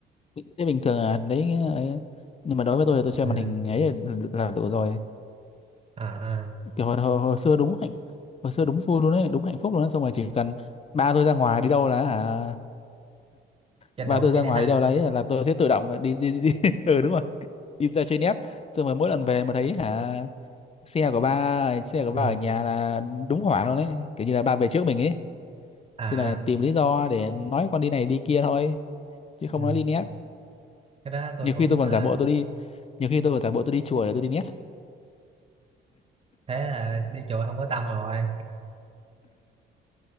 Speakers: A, on the left; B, on the right.
A: thế bình thường là đấy ấy. nhưng mà đối với tôi thì tôi chơi
B: ừ.
A: màn hình ấy là, là đủ rồi
B: à à.
A: kiểu hồi, hồi, hồi xưa đúng hạnh hồi xưa đúng vui luôn đấy đúng hạnh phúc luôn đấy xong rồi chỉ cần ba tôi ra ngoài đi đâu là hả
B: tranh
A: ba
B: thủ
A: tôi
B: trên
A: ra ngoài
B: nét ha
A: đi đâu đấy là, là tôi sẽ tự động đi đi đi, <laughs> ừ đúng rồi đi ra chơi nép xong rồi mỗi lần về mà thấy hả xe của ba xe của ba
B: ừ.
A: ở nhà là đúng hoảng luôn đấy kiểu như là ba về trước mình ấy
B: à
A: thế là tìm lý do để nói con đi này đi kia thôi chứ không
B: ừ.
A: nói đi nét
B: cái đó tôi
A: nhiều
B: cũng
A: khi tôi còn
B: à,
A: giả bộ tôi đi nhiều khi tôi còn giả bộ tôi đi chùa để tôi đi nét
B: thế là đi chùa không có tâm rồi